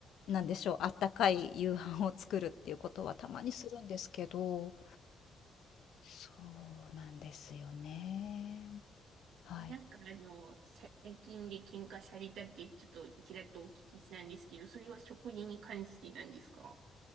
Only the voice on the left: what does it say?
なんでしょう、あったかい夕飯を作るっていうことはたまにするんですけど、そうなんですよね。はい。